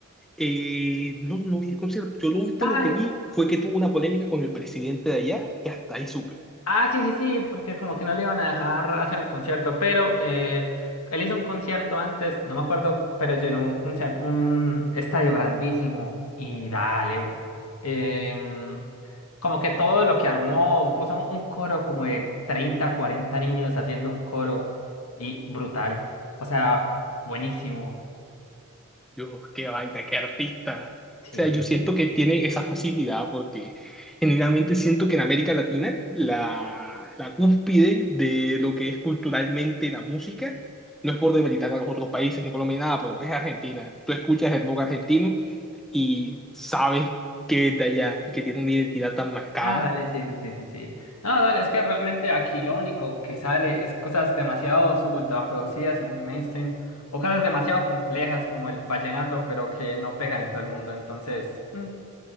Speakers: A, in the centre; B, on the left.
A: Eh, no, no vi el concierto. Yo lo último
B: Dale,
A: que vi fue que tuvo una polémica con el presidente de allá y hasta ahí supe.
B: Ah, sí, sí, sí, porque como que no le iban a dejar hacer el concierto, pero eh, él hizo un concierto antes, no me acuerdo, pero llenó un concierto, un estadio grandísimo y dale, em, como que todo lo que armó, puso un coro como de 30 40 niños haciendo un coro y brutal, o sea, buenísimo.
A: Yo, qué vaina, qué artista.
B: Sí,
A: O sea, yo
B: sí,
A: siento
B: sí.
A: que tiene esa facilidad porque genuinamente siento que en América Latina la, la cúspide de lo que es culturalmente la música, no es por demeritar a los otros países, ni Colombia, ni nada, pero es Argentina. Tú escuchas el rock argentino y sabes que es de allá y que tiene una identidad tan marcada
B: Ah, dale, sí, sí, sí, sí. sí. No, dale, es que realmente aquí lo único que sale es cosas demasiado ultra producidas y muy mainstream, o cosas demasiado complejas como el vallenato, pero que no pegan en todo el mundo. Entonces, mm,